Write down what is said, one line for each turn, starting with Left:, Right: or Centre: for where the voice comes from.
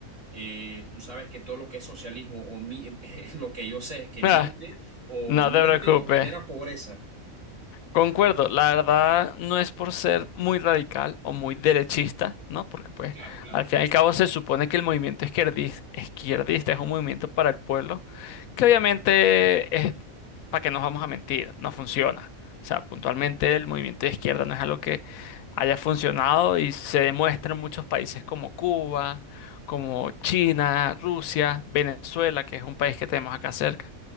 Right: eh, tú sabes que todo lo que es socialismo o mi- <laughs> lo que yo sé es que miente
Left: Ah,
Right: o
Left: no
Right: miente
Left: te preocupes.
Right: o genera pobreza.
Left: Concuerdo, la verdad no es por ser muy radical o muy derechista, ¿no? Porque pues
Right: Claro, claro.
Left: al fin y al cabo se supone que el movimiento izquierdi- izquierdista es un movimiento para el pueblo, que obviamente es, para que no nos vamos a mentir, no funciona. O sea, puntualmente el movimiento de izquierda no es algo que haya funcionado y se demuestra en muchos países como Cuba, como China, Rusia, Venezuela, que es un país que tenemos acá cerca